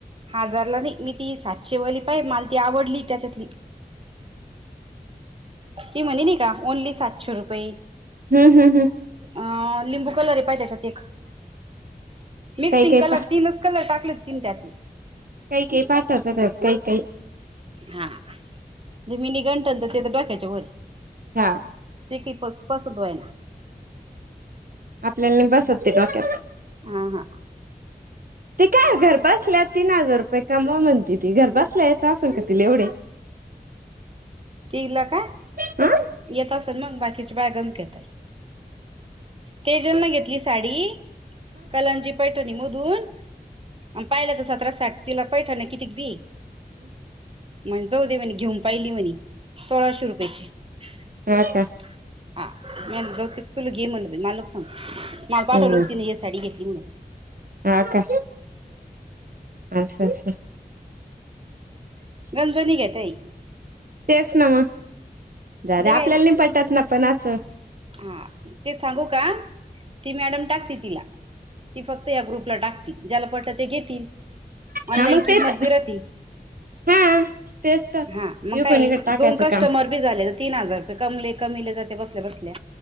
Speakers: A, on the right; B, on the right.
A: हजारला नई मी ती सातशे वाली पाय मला ती आवडली त्याच्यातली. ती म्हणे नइ का ओनली सातशे रुपये.
B: हम्म हम्म हम्म
A: अ लिंबू कलर ये पाय त्याच्यात एक मिक्सिंग
B: काही काही
A: कलर
B: पा
A: तीनच कलर टाकले तीन त्यातले.
B: काइ काइ पाठवतात काइ काइ
A: हा मिनी घंटण तर ते तर डोक्यायचे वरय
B: हा
A: ते की पस पसत वइना
B: <unintelligible> बसत <unintelligible>
A: हा हा
B: ते काय घर बासल्या तीन हजार रुपये कमावा म्हणते ती घर बासल्या तासल का तील एवढे?
A: तीला काय
B: अ
A: येत असेल मग बाकीच्या बॅगन च घेताई. तेजल न घेतली साडी कलांजी पैठणी मधून. पाहिलं त सतरा साठ तिला पैठान्या किती क बी म्हण जाऊ दे म्हणे घेऊन पइली म्हणे. सोळाशे रुपये ची. <unintelligible>
B: हा का
A: माल पाठवल
B: हम्
A: होत तिने ए साडी घेतली म्हणू
B: हा का, अस अस.
A: गंजणी घेतय.
B: तेच ना म जाऊद्या
A: दे काय
B: आपल्याला नाही पटात ना पण अस.
A: हा ते सांगू का ती मॅडम टाकते तिला ती फक्त ग्रुपला टाकती ज्याला पटल ते घेतील. ऑनलाईन
B: हा मग
A: किंमत
B: तेच
A: बी रती
B: हा तेच तर
A: हा मग
B: युकोणीकडे
A: काय
B: टाकायचं
A: दोन कस्टमर
B: काम
A: बी झाले तीन हजार रूपे कमैले जाती बसल्या बसल्या.